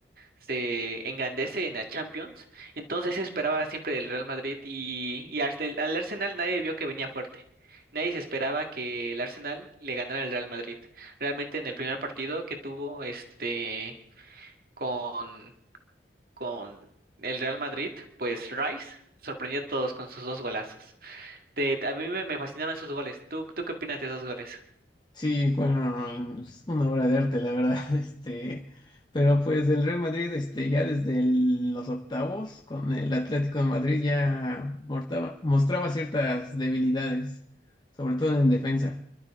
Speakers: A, on the right; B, on the left.
A: se engrandece en la Champions, entonces se esperaba siempre del Real Madrid y, y Arse- al Arsenal nadie vio que venía fuerte. Nadie se esperaba que el Arsenal le ganara al Real Madrid. Realmente en el primer partido que tuvo este con, con el Real Madrid, pues Rice sorprendió a todos con sus dos golazos. Te- a mí me, me fascinaron esos goles. ¿Tú, tú qué opinas de esos goles?
B: Sí, fueron pues, una obra de arte, la verdad, <laughs> este, pero pues el Real Madrid, este, ya desde el- los octavos con el Atlético de Madrid ya mortaba- mostraba ciertas debilidades, sobre todo en defensa,